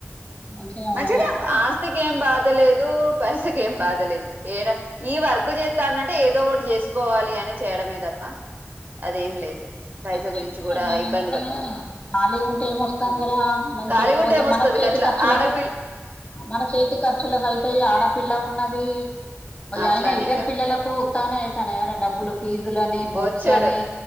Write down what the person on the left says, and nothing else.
మంచిగా
ఉన్నదా ఇప్పుడు
చేసుకోవాలరా
ఇంట్లో ఖాళీగా ఉంటే ఏమొస్తుందిరా మంచిగా
పోతే
మనకు చేతి
ఖర్చులకు
మన చేతి ఖర్చులకు అయితయి ఆడపిల్ల ఉన్నది
అయినా ఇద్దరు
పిల్లలకు ఉత్తగనే అయితన్నయ్యరా డబ్బులు ఫీజులు అని
బుక్స్ అని